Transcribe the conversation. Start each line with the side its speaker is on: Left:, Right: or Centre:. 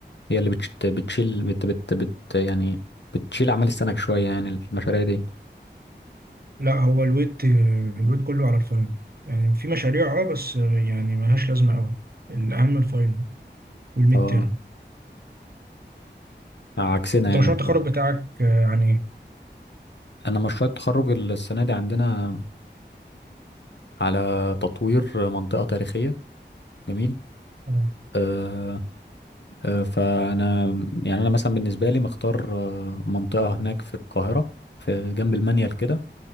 Left: هي اللي بتشت بتشيل بت بت بت يعني بتشيل أعمال السنة شوية يعني المشاريع دي
Right: لا هو الويت الويت كله على الفاينل يعني في مشاريع اه بس يعني ملهاش لازمة أوي الأهم الفاينل والميد
Left: اه
Right: تيرم
Left: عكسنا
Right: أنت
Left: يعني
Right: مشروع
Left: بالظبط.
Right: التخرج بتاعك آه، عن إيه؟
Left: أنا مشروع التخرج السنة دي عندنا على تطوير منطقة تاريخية جميل
Right: اه
Left: آه آه فأنا يعني أنا مثلا بالنسبة لي مختار آه، منطقة هناك في القاهرة في جنب المنيل كده